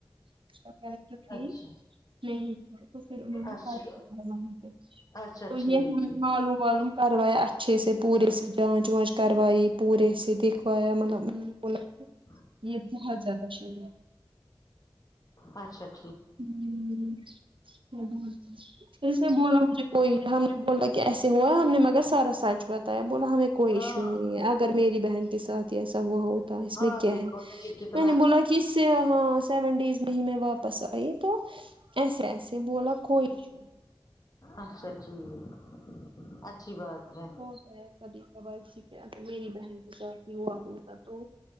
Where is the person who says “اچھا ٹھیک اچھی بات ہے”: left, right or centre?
Left